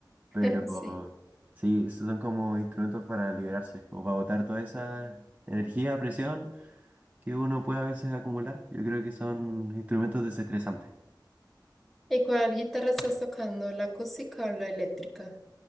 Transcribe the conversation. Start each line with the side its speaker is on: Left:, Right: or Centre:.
Centre: <laughs>
Right: Pero
Centre: Sí.
Right: sí, esos son como instrumentos para liberarse, como para botar toda esa energía, presión que uno puede a veces acumular. Yo creo que son instrumentos desestresantes.
Centre: ¿Y cuál guitarra estás tocando? ¿La acústica o la eléctrica?